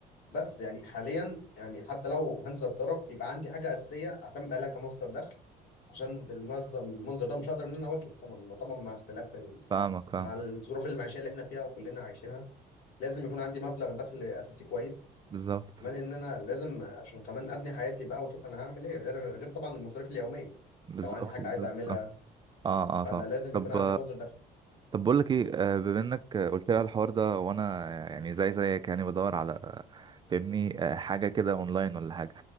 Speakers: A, on the left; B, on the right.
A: بس يعني حاليا يعني حتى لو هنزل اتدرب يبقى عندي حاجه اساسيه اعتمد عليها كمصدر دخل عشان بالمنظم المنظر ده مش هقدر ان انا اواكب طبعا طبعا مع اختلاف ال...
B: فاهمك فاهم
A: مع الظروف المعيشيه اللي احنا فيها وكلنا عايشينها لازم يكون عندي مبلغ دخل اساسي كويس
B: بالظبط
A: كمان ان انا لازم عشان كمان ابني حياتي بقى واشوف انا هعمل ايه غير غير طبعا المصاريف اليوميه
B: بالظبط
A: لو عندي حاجه
B: بالظبط
A: عايز اعملها
B: فاهم. اه
A: فانا
B: اه فاهم
A: لازم
B: طب
A: يكون عندي مصدر دخل
B: طب بقول لك ايه آه، بما انك آه، قلت لي على الحوار ده وانا يعني زي زيك يعني بدور على آه، فاهمني آه، حاجه كده اونلاين ولا حاجه